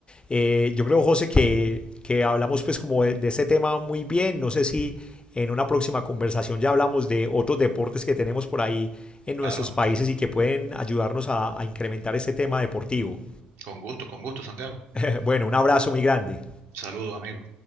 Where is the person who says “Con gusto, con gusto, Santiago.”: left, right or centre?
Right